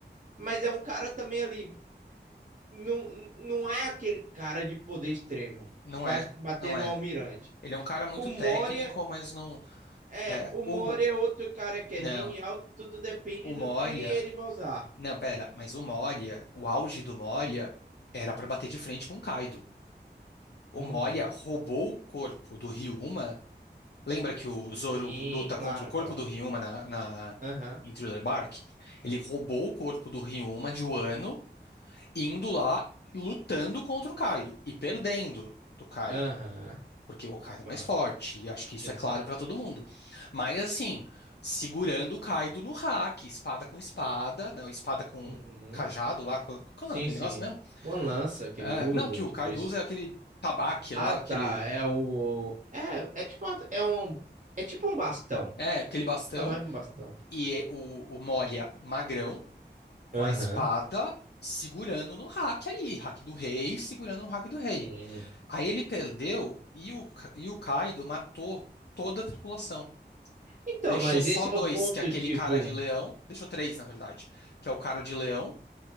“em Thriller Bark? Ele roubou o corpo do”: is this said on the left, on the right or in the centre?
Left